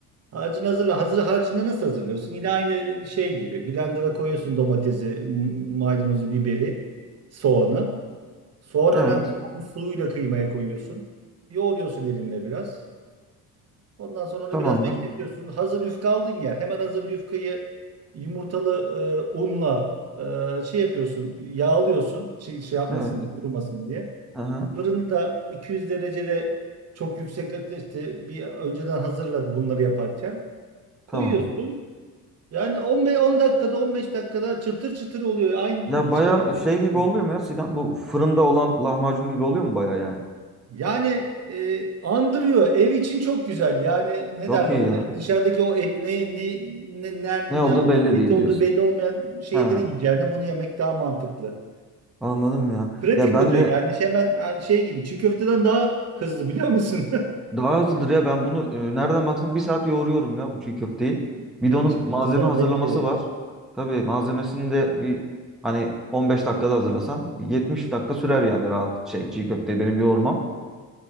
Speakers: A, on the right; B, in the centre.
A: Harcını hazırla. Hazır, harcını nasıl hazırlıyorsun? Yine aynı şey gibi. Blender'a koyuyorsun domatesi, m- maydanozu, biberi, soğanı. Soğan
B: Evet.
A: önemli. Soğanı suyuyla kıymaya koyuyorsun. Yoğuruyorsun elinle biraz. Ondan sonra onu
B: Tamamdır.
A: biraz bekletiyorsun. Hazır yufka aldın ya. Hemen hazır yufkayı yumurtalı e, unla e, şey yapıyorsun. Yağlıyorsun. Şey, şey yapmasın
B: Evet.
A: diye, kurumasın diye.
B: Aha,
A: Fırını da 200 derecede çok yüksek ateşte bir önceden hazırladı bunları yaparken.
B: tamam.
A: Koyuyorsun. Yani 15 10 dakikada 15 dakikada çıtır çıtır oluyor. Aynı
B: Ya baya
A: dışarıdaki
B: şey
A: döner
B: gibi
A: gibi.
B: oluyor mu ya Sinan? Bu fırında olan lahmacun gibi oluyor mu baya yani?
A: Yani e, andırıyor. Ev için çok güzel. Yani ne
B: Çok
A: derler
B: iyi
A: ona?
B: ya.
A: Dışarıdaki o et ne ne ne ne,
B: Ne
A: ne
B: olduğu belli
A: eti
B: değil
A: olduğu
B: diyorsun.
A: belli olmayan şeyleri
B: He,
A: yiyeceğine yani bunu yemek daha mantıklı.
B: anladım ya.
A: Pratik
B: Ya ben
A: bu diyor.
B: de
A: Yani şey hemen yani şey gibi çiğ köfteden daha hızlı biliyor musun?
B: Daha hızlıdır ya ben bunu e, nereden baksan bir saat yoğuruyorum ya bu çiğ köfteyi.
A: <laughs> Yok,
B: Bir de onun
A: Çiğ köfte
B: malzeme
A: zahmetli.
B: hazırlaması var. Tabii malzemesini de bir hani 15 dakikada hazırlasan bir 70 dakika sürer yani rahat şey çiğ köfteyi benim yoğurmam.